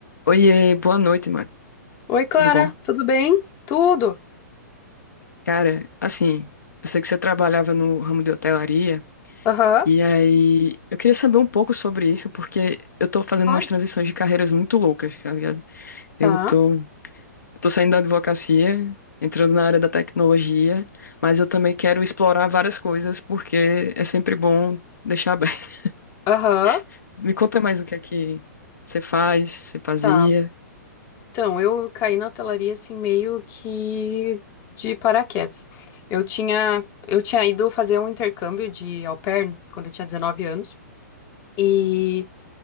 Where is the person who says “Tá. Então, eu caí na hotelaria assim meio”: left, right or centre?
Left